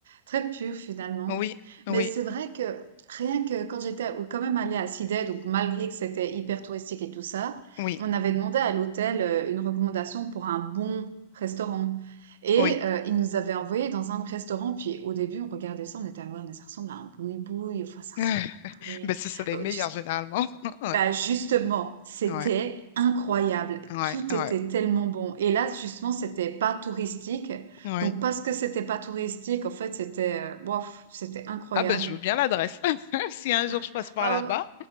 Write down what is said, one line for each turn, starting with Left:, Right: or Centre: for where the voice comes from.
Right: très pur finalement.
Left: Oui, oui,
Right: Mais c'est vrai que rien que quand j'étais ou quand même allée à Sydney, donc malgré que c'était hyper touristique et tout ça,
Left: oui,
Right: on avait demandé à l'hôtel euh, une recommandation pour un bon restaurant et
Left: oui.
Right: euh, ils nous avaient envoyé dans un restaurant. Puis au début, on regardait ça, on était ah ouais, mais ça ressemble à un boui-boui, enfin ça
Left: <laughs>
Right: ressemble pas
Left: Ben, ce sont les meilleurs
Right: très.
Left: généralement. <laughs>
Right: Bah justement, c'était
Left: Ouais, ouais,
Right: incroyable.
Left: ouais,
Right: Tout
Left: ouais,
Right: était tellement bon. Et là, justement, c'était pas touristique.
Left: ouais.
Right: Donc parce que c'était pas touristique, en fait, c'était euh, bof, c'était incroyable.
Left: Ah ben, je veux bien l'adresse. <laughs> Si un
Right: <laughs>
Left: jour je passe par
Right: Ah,
Left: là-bas,